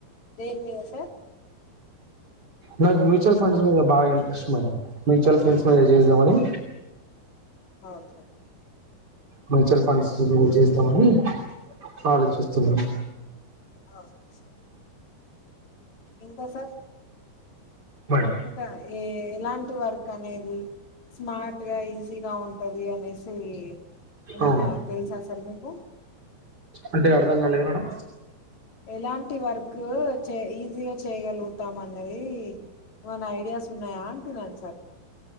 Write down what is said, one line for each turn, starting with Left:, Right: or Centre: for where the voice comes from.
Left: దేన్ మీద సర్
Right: నాకు మ్యూచవల్ ఫండ్స్ మీద బాగా ఇంట్రెస్ట్ మేడం మ్యూచువల్ ఫండ్స్ మీద చేద్దామని
Left: ఓకే
Right: మ్యూచువల్ ఫండ్స్ చేద్దామని ఆలోచిస్తున్నాను
Left: ఒకే సర్ ఇంక సర్
Right: మేడం
Left: ఇంక ఏ ఎలాం టి వర్క్ అనేది స్మార్ట్ గా ఈజీగా ఉంటది అనేసి <unintelligible> ఏమైనా
Right: అవును
Left: తెలుసా సార్ మీకు
Right: అంటే అర్థం కాలేదు మేడం
Left: ఎలాంటి వర్క్ చే ఈజీగ చేయగలుగుతాం అన్నది ఏమన ఐడియాస్ ఉన్నాయా అంటున్నాను సర్